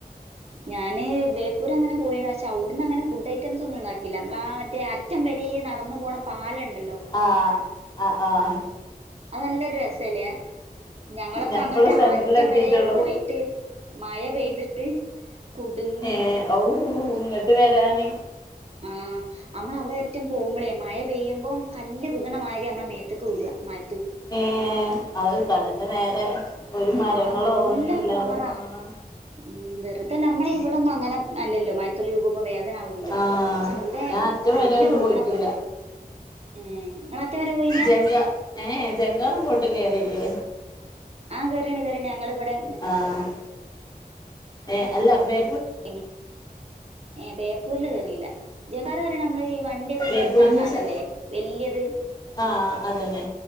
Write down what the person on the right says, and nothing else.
ഞാന് ബേപ്പൂര് അങ്ങനെ പോയിണ് പക്ഷെ അഒട്ന്ന് അങ്ങനെ ഫുഡ് ഐറ്റംസ് ഒന്നും ഉണ്ടാക്കിയില്ല. നമ്മള ആഹ് മറ്റേ റ്റം വരേ നടന്ന് പോണ പാലണ്ടല്ലോ?
അത് നല്ലൊരു രസല്ലേ ഞങ്ങളൊക്കെ
അങ്ങട്ട്
ആഹ്
അറ്റം
വരെ പോയി. ട്ട് മഴ പെയ്തിട്ട് കുടുങ്ങീണ്
ആഹ് ആഹ് നമ്മള അവടെ അറ്റം പോകുമ്പളേ മഴ പെയ്യുമ്പോം കല്ല് വിക്ണ മാരി നമ്മള മേത്ത്ക്ക് വ്ക മ
ആഹ് നല്ല
പവറാ
ഉം വെറുതെ ല്ല നമ്മള ഇവിടെന്നും അങ്ങനെ അല്ലല്ലോ മഴത്തുള്ളി വ്ക്മ്പോ വേദന ല്ലോ
പക്ഷെ അവടെ
കല്ല്
വിക്ണ
പോലെ ഏഹ് ഇങ്ങള് അറ്റം വരെ പോയി
ആഹ് കേറിണ് കേറിണ് ഞങ്ങള് വടെ
<unintelligible> ഏഹ് ബേപ്പൂരില് കേറിയില്ല. ജങ്കാർ പറിണ നമ്മള് ഈ വണ്ടിയൊക്കെ
കേറ്ണ ആഹ് സാനല്ലേ
വല്യത്?